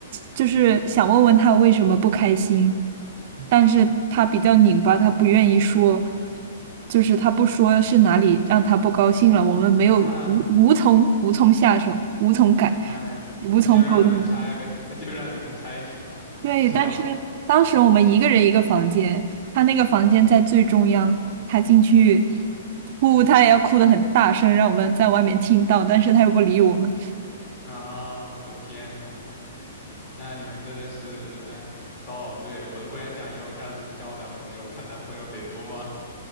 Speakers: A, on the right (about 40°); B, on the left (about 35°).
A: 就是想问问他为什么不开心，但是他比较拧巴，他不愿意说，就是他不说是哪里让他不高兴了，我们没有无无从无从下手，
B: 啊，
A: 无从改，
B: 哎，那就让你们猜呗，
A: 无从沟通。
B: 那就让你们猜去吧，
A: 对，
B: 是吧？
A: 但是当时我们一个人一个房间，他那个房间在最中央，他进去哭，他也要哭得很大声，让我们在外面听到，但是他又不理我们。
B: 啊，我的天呐！那你们真的是，哎，遭老罪了，我都不敢想以后她要是交男朋友，她男朋友得多吗？